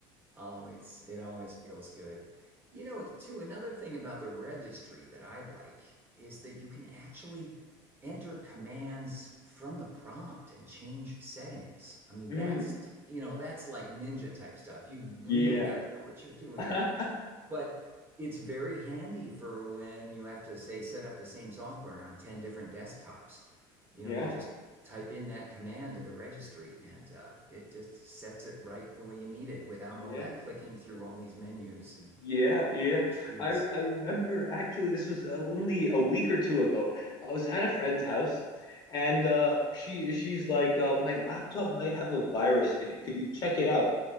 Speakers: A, on the right; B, on the left.
A: Always, it always feels good. You know, too, another thing about the registry that I like is that you can actually enter commands from the prompt and change settings. I mean,
B: Mm,
A: that's, you know, that's like ninja type stuff. You really
B: yeah.
A: got to know what you're doing.
B: <laughs>
A: But it's very handy for when you have to, say, set up the same software on 10 different desktops. You
B: Yeah.
A: know, you just type in that command to the registry and uh, it just sets it right the way you need it without
B: Yeah.
A: all that clicking through all these menus and
B: Yeah, yeah.
A: trees.
B: I I remember actually this was uh, only a week or two ago. I was at a friend's house and uh she she's like uh, my laptop might have a virus in it. Could you check it out?